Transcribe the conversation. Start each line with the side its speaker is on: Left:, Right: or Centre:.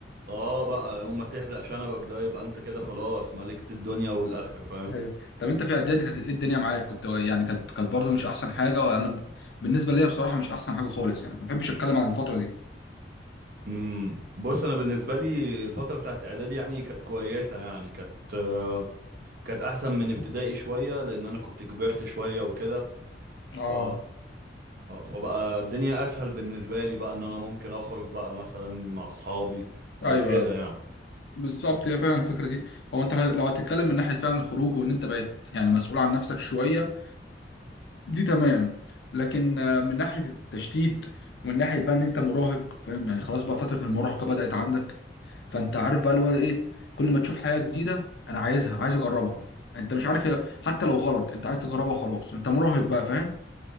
Right: اه بقى يوم ما تحلق شنبك ده يبقى انت كده خلاص ملكت الدنيا والاخره فاهم
Left: ايوه طب انت في اعدادي كانت ايه الدنيا معاك كنت يعني كانت كانت برضه مش احسن حاجه وانا ب- بالنسبه ليا بصراحه مش احسن حاجه خالص يعني ما بحبش اتكلم عن الفتره دي
Right: امم بص انا بالنسبه لي الفتره بتاعت اعدادي يعني كانت كويسه يعني كانت آه، كانت احسن من ابتدائي شويه لان انا كنت كبرت شويه وكده ف
Left: اه
Right: فبقى الدنيا اسهل بالنسبه لي بقى ان انا ممكن اخرج بقى مثلا مع اصحابي
Left: ايوه
Right: او كده
Left: ايوه
Right: يعني
Left: بالظبط هي فعلا الفكره دي هو انت لو هتتكلم من ناحيه فعلا الخروج وان انت بقيت يعني مسؤول عن نفسك شويه دي تمام لكن آه، من ناحية التشتيت ومن ناحية بقى ان انت مراهق فاهم يعني خلاص بقى فترة المراهقة بدأت عندك فانت عارف بقى اللي هو ايه كل ما تشوف حاجة جديدة انا عايزها عايز اجربها يعني انت مش عارف هي- حتى لو غلط انت عايز تجربها وخلاص انت مراهق بقى فاهم